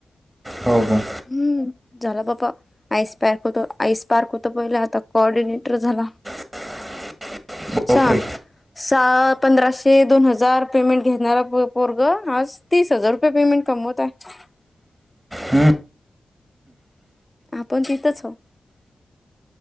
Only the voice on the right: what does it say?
हो, का,
<unintelligible> बापरे
हम्म